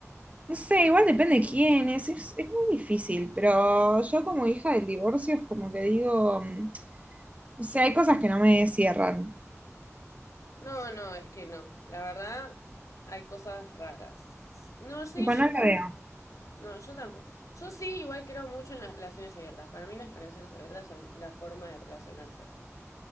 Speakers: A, on the right; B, on the left.
A: no sé, igual depende de quién es, es, es muy difícil, pero yo como hija del divorcio es como que digo, mm, o sea, hay cosas que no me cierran,
B: No, no, es que no. La verdad, hay cosas raras. No, sí,
A: tipo,
B: yo
A: no la
B: tampoco.
A: veo.
B: No, yo tampoco. Yo sí, igual creo mucho en las relaciones abiertas. Para mí las relaciones abiertas son la forma de relacionarse.